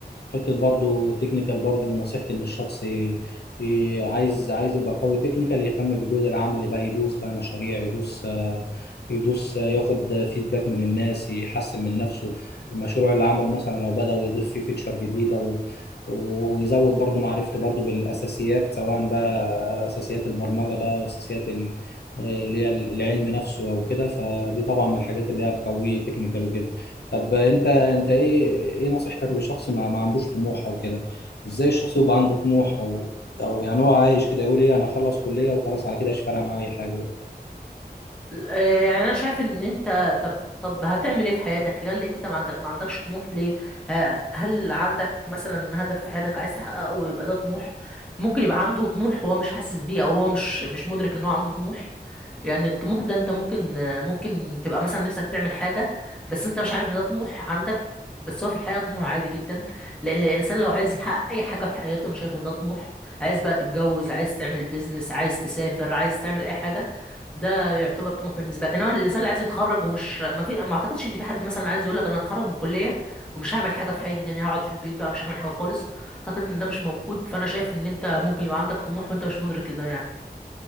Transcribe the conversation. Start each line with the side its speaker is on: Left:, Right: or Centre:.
Left: حته برضو تكنيكال برضو نصيحتي ان الشخص ي- ي- عايز عايز يبقى قوي تكنيكال يهتم بالجزء العملي بقى يدوس بقى مشاريع يدوس آه، يدوس آه، ياخد فيدباك من الناس يحسن من نفسه المشروع اللي عمله مثلا لو بدأ يضيف فيه فيتشر جديدة و ويزود برضو معرفته برضو بالأساسيات سواء بقى أساسيات البرمجة بقى وأساسيات ال- اللي هي العلم نفسه أو كده فدي طبعا من الحاجات اللي هي بتقويه تكنيكال وكده طب انت انت ايه ايه نصيحتك لشخص ما, ما عندوش طموح او كده ازاي الشخص يبقى عنده طموح او او يعني هو عايش كده يقول ايه انا اخلص كلية وخلاص على كده مش فارقة معايا اي حاجة
Centre: آه، يعني انا شايف ان انت طب طب هتعمل ايه في حياتك هل انت ما عندك- ما عندكش طموح ليه آه، هل عندك مثلا هدف في حياتك عايز تحققه ويبقى ده طموح ممكن يبقى عنده طموح هو مش حاسس بيه او هو مش مش مدرك ان هو عنده طموح يعني الطموح ده انت ممكن آه، ممكن تبقى مثلا نفسك تعمل حاجة بس انت مش عارف ان ده طموح عندك بس هو في الحقيقة طموح عادي جدا لأن الإنسان لو عايز يحقق أي حاجة في حياته أنا شايف إن ده طموح عايز بقى تتجوز عايز تعمل بيزنس عايز تسافر عايز تعمل أي حاجة ده يعتبر طموح بالنسبه لك انما الانسان اللي عايز يتخرج ومش ما في ما اعتقدش ان في حد مثلا عايز يقول لك انا هتخرج من الكليه ومش هعمل حاجه في حياتي تاني هقعد في البيت بقى مش هعمل حاجه خالص اعتقد ان ده مش موجود فانا شايف ان انت ممكن يبقى عندك طموح وانت مش مدرك لده يعني